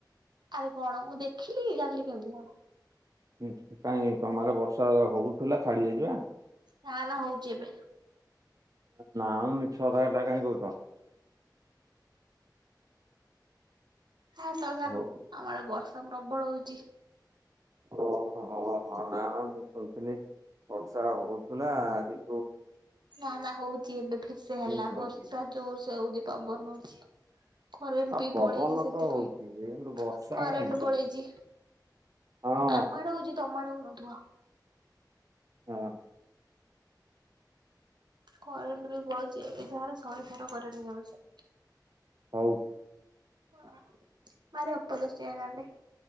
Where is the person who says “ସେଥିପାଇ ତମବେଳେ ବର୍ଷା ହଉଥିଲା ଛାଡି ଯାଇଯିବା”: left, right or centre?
Right